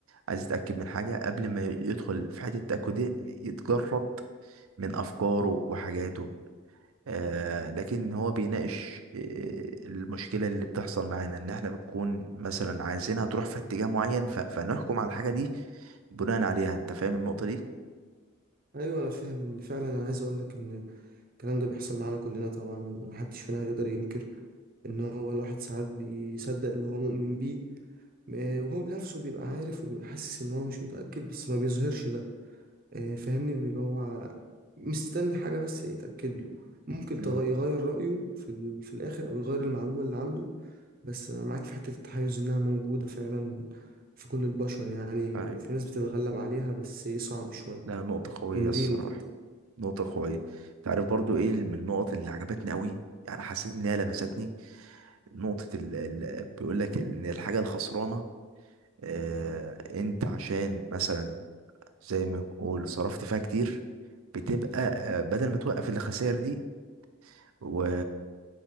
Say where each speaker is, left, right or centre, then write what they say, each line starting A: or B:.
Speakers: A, on the right; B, on the right.
A: عايز يتأكد من حاجة قبل ما يدخل في حتة التأكد دي يتجرد من أفكاره وحاجاته آه لكن هو بيناقش آه المشكلة اللي بتحصل معانا ان احنا بنكون مثلا عايزينها تروح في اتجاه معين ف... فنحكم على الحاجة دي بناء عليها انت فاهم النقطة دي؟
B: ايوه انا فاهم ان فعلا انا عايز اقولك ان الكلام ده بيحصل معانا كلنا طبعا ومحدش فينا هيقدر ينكر ان هو الواحد ساعات بيصدق اللي هو مؤمن بيه م- وهو بنفسه بيبقى عارف وبيبقى حاسس ان هو مش متأكد بس ما بيظهرش ده آه، فاهمني بيبقى هو مستني حاجة بس يتأكد له ممكن
A: امم
B: تغ- يغير رأيه في, ال... في الآخر أو يغير المعلومة اللي عنده بس أنا معاك في حتة التحيز إنها موجودة فعلا في كل البشر يعني
A: فاهم
B: وفي ناس بتتغلب عليها بس إيه صعب شوية
A: لا نقطة قوية
B: تمرين
A: الصراحة
B: وكده
A: نقطة قوية تعرف برضو ايه من النقط اللي عجبتني قوي يعني حسيت انها لمستني نقطة ال... ال... بيقول لك ان الحاجة الخسرانة آه انت عشان مثلا زي ما بنقول صرفت فيها كتير بتبقى آه بدل ما توقف الخسائر دي و...